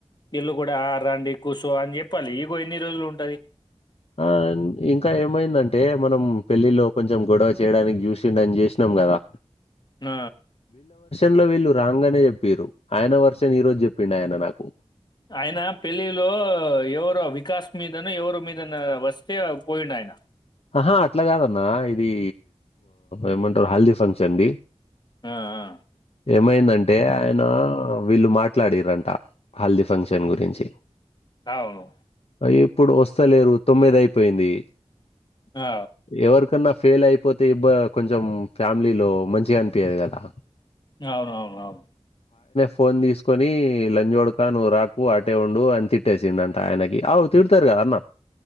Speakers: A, on the left; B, on the left.
A: ఇళ్ళు కూడా రండి కూర్చో అని చెప్పాలి ఈగో ఎన్ని రోజులు ఉంటది
B: ఆ ఇంకా ఏమైందంటే మనం పెళ్ళిలో కొంచెం గొడవ చేయడానికి చూసిండని చేసినం కదా
A: ఆ
B: న్లో వీళ్ళు రాంగనే చెప్పింరు ఆయన వర్షన్ ఈ రోజు చెప్పిండాయన నాకు
A: ఆయన పెళ్ళిలో ఎవరో వికాస్ మీదనో ఎవరో మీదన వస్తే పోయిండు ఆయన
B: ఆహా అట్ల కాదన్న ఇది ఏమంటారు హల్ది ఫంక్షన్ది
A: ఆ ఆ
B: ఏమైందంటే ఆయన వీళ్ళు మాట్లాడిరంట హాల్దీ ఫంక్షన్ గురించి
A: అవును
B: అయి ఇప్పుడు వస్తలేరు తొమ్మిది అయిపోయింది.
A: ఆ!
B: ఎవరికన్నా ఫెయిల్ అయిపోతే ఇబ కొంచెం ఫ్యామిలీలో మంచిగా అనిపీయదు కదా
A: అవును అవును అవున్
B: ఫోన్ తీసుకొని లంజోడకా నువ్వు రాకు అటే ఉండు అని తిట్టేసిందంట ఆయనకి అవు తిడతరు కదా అన్న